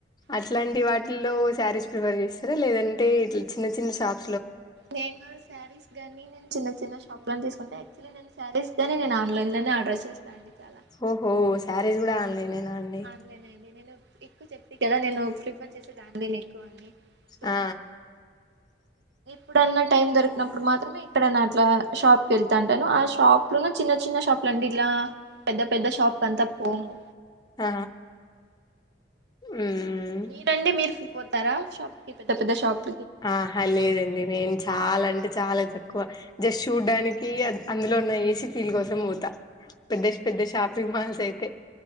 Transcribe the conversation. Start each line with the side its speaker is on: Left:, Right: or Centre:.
Left: అట్లాంటి
Right: అ
Left: వాటిల్లో సారీస్ ప్రిఫర్ చేస్తారా లేదంటే ఇట్ల చిన్న చిన్న షాప్
Right: నేను సారీస్ గానీ నేను చిన్న చిన్న షాప్ లను తీసుకుంటా యాక్చువలీ నేను సారీస్ నేన్ ఆన్లైన్లనే ఆర్డర్ చేస్ స్త అండి చాలా
Left: ఓహో శారీస్ కూడా ఆన్లైనేనా అండి
Right: ఆన్లైన్ అండి నేను ఎక్కో చెప్తి కదా నేను ప్రిఫర్ చేస్ వచ్చేేసి దానిద ఎక్కువ అని సో
Left: ఆ
Right: ఎప్పుడన్న టైం దొరికినప్పుడు మాత్రమే ఇక్కడ అట్ల షాప్కి వెళ్తా అంటాను ఆ షాప్ లోన చిన్న చిన్న షాప్లు అండి ఇలా పెద్ద పెద్ద షాప్ అంతా పోము.
Left: ఆ మ్మ్
Right: మీరండి మీరు పోతారా షాప్కి పెద్ద పెద్ద షాప్
Left: ఆహా లేదండి నేను చాలా అం చాలా తక్కువ జస్ట్ చూడ్డానికి అందులో ఉన్న ఏసీ ఫీల్ కోసం పోతా. పెద్ద పెద్ద షాపింగ్ మాల్స్ అయితే